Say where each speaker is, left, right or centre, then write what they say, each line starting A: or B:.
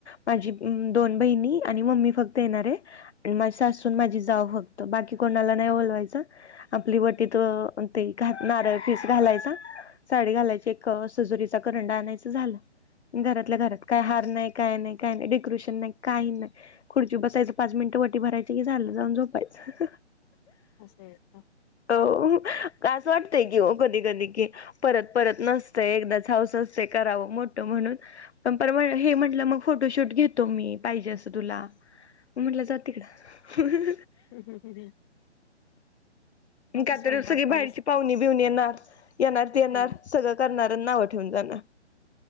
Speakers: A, on the left (about 70°); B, on the left (about 20°).
A: माझी दोन बहिणी, आणि मम्मी फक्त येणारे. आणि माझी सासून माझी जाव फक्त, बाकी, कोणाला नाही बोलवायचं. आपली वटीत
B: हम्म
A: ते नारळ पीस घालायचा. साडी घालायची, एक सजुरीचा करंडा आणायचं. झालं घरातल्या घरात, काय हार नाही. काय नाही, काही नाही, डेकोरेशन नाही, काही नाही. खुर्चीवर बसायचं, पाच मिनिटं वटी भरायची की झालं जाऊन झोपायचं.
B: अस आहे का?
A: हो अस वाटते कि ओ कधीकधी की. परत- परत नसतं. एकदाच हौस असते, करावं मोठ म्हणून. पण पर हे म्हटलं मग फोटोशूट घेतो मी पाहिजे असं तुला. म्हटलं जावू दे तिकडं.
B: हम ह हम हम
A: म कातर
B: स्वयंपाक
A: सगळी
B: पाणी
A: बाहेरची पाहुणी बिऊणी येणार. येणार ते येणार
B: हम्म
A: सगळं. करणार, नाव ठेवून जाणार.